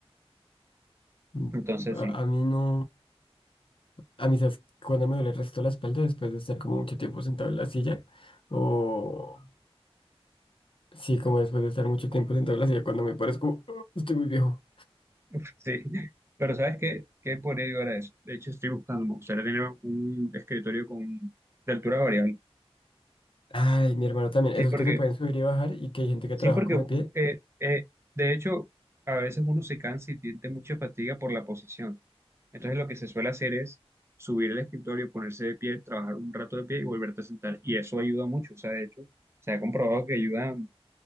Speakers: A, on the left; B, on the right.
A: Mm,
B: entonces sí.
A: A, a mí no, a mí sabes cuando me duele el resto de la espalda después de estar como mucho tiempo sentado en la silla o sí, como después de estar mucho tiempo sentado en la silla cuando me parezco, estoy muy viejo.
B: <laughs> Sí, pero ¿sabes qué? ¿Qué podría llegar a eso? De hecho, estoy buscando, me gustaría tener un escritorio con, de altura variable.
A: Ay, mi hermano también,
B: Sí,
A: esos
B: porque,
A: que se pueden subir y bajar y que hay gente que
B: sí,
A: trabaja
B: porque
A: como de pie.
B: eh, eh, de hecho, a veces uno se cansa y siente mucha fatiga por la posición. Entonces, lo que se suele hacer es subir el escritorio, ponerse de pie, trabajar un rato de pie y volverte a sentar. Y eso ayuda mucho, o sea, de hecho, se ha comprobado que ayuda, o